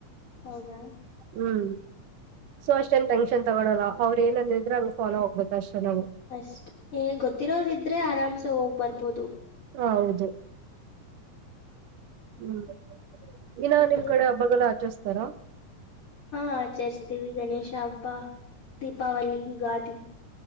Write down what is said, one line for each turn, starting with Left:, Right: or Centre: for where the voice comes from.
Left: ಹೌದಾ.
Right: ಹ್ಮ್ ಸೊ ಅಷ್ಟೇನ ಟೆನ್ಕ್ಷನ್ ತಗೊಳಲ್ಲ ಅವರ ಏನಂದಿದ್ರೆ ಹಂಗ ಫಾಲೋ ಹೋಗ್ಬೇಕ ಅಷ್ಟೇ ನಾವು.
Left: ಅಷ್ಟೇ ಏ ಗೊತ್ತಿರೋರ ಇದ್ರೆ ಆರಾಮ್ಸೆ ಹೋಗ್ ಬರ್ಬೋದು.
Right: ಹಾ ಹೌದು.
Left: ಹ್ಮ್
Right: ಹ್ಮ್ ಇನ್ನ
Left: ಮತ್ತೆ
Right: ನಿಮ್ ಕಡೆ ಹಬ್ಬಗಲ್ ಆಚರಸ್ತಾರ್?
Left: ಹಾ ಆಚರಿಸ್ತೀವಿ ಗಣೇಶ ಹಬ್ಬ ದೀಪಾವಳಿ ಯುಗಾದಿ.